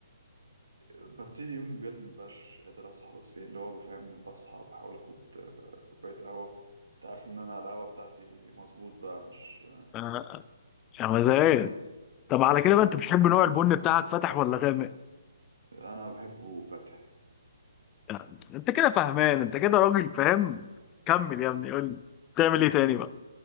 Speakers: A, on the right; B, on the left.
A: ببتدي يومي بجد مبقاش قادر أصحى بس يعني اللي هو بفهم بصحى بحاول آخد آه، كوباية قهوة أنت عارف إن أنا القهوة بتاعتي مظبوط بقى مش
B: آه، يا مزاج
A: بس
B: طب على كده بقى انت بتحب نوع البن بتاعك فاتح ولا غامق؟
A: أنا بحبه فاتح
B: يعني انت كده فهمان انت كده راجل فاهم كمل يا ابني قول لي بتعمل ايه تاني بقى؟